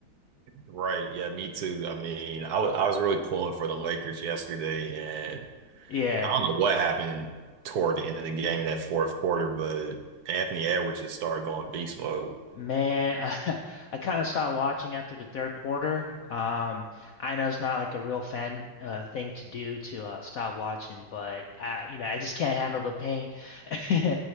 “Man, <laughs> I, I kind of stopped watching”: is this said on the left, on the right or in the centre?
Left